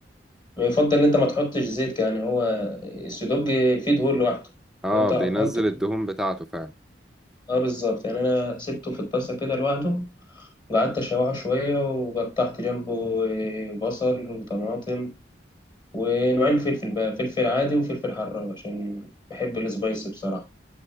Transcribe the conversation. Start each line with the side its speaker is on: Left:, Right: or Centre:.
Left: ما يفضل ان انت ما تحطش زيت يعني هو السيدوج فيه دهون لوحده
Centre: آه
Left: انت
Centre: بينزل
Left: حط
Centre: الدهون بتاعته فعلا
Left: اه بالظبط يعني انا سبته في الطاسه كده لوحده وقعدت اشوحه شويه وقطعت جنبه إيه، بصل وطماطم ونوعين فلفل بقى فلفل عادي وفلفل حراق عشان بحب السبايسي بصراحه